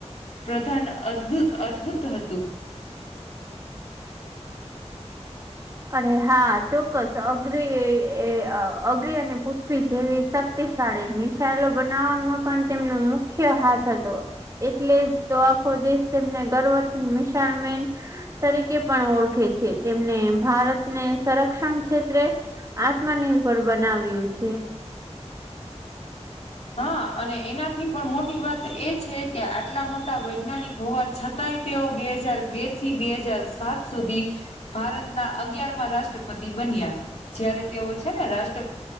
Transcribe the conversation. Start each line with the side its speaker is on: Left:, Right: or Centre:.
Left: પ્રધાન અદભુત અદભુત હતુ.
Right: અરે હા ચોક્કસ અગરી અગરીને પૂછવી જેવી શ શક્તિશાળી મિસાઈલો બનાવવામાં પણ તેમનો મુખ્ય હાથ હતો. એટલે જ તો આખો દેશ જેને ગર્વથી મિશાલ મેન તરીકે પણ ઓળખે છે, તેમને ભારતને સંરક્ષણ ક્ષેત્રે આત્મનિર્ભર બનાવ્યું છે.
Left: હા અને એનાથી પણ મોટી વાત એ છે, કે આટલા મોટા વૈજ્ઞાનિક હોવા છતાંય. તેઓ બે હજાર બે થી બે હાજાર સાત સુધી ભારતના અગાર રાષ્ટ્રપતિ બન્યા જયારે તેઓ છે ને રાષ્ટ્ર